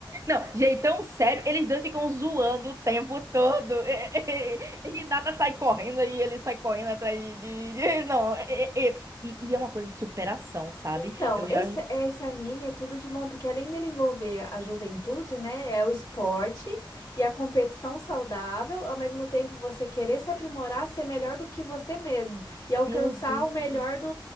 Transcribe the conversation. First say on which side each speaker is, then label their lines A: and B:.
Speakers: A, on the right; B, on the left.
A: Não, jeitão sério, eles dois ficam zoando o tempo todo. <laughs> Renata sai correndo e ele sai correndo atrás de. de- de- <laughs> não, é- é- é. E, e é uma coisa de superação, sabe?
B: Então,
A: Eu já.
B: esse, esse anime é tudo de bom, porque além dele envolver a juventude, né, é o esporte e a competição saudável, ao mesmo tempo você querer se aprimorar, ser melhor do que você mesmo e alcançar
A: Meu Deus.
B: o melhor do,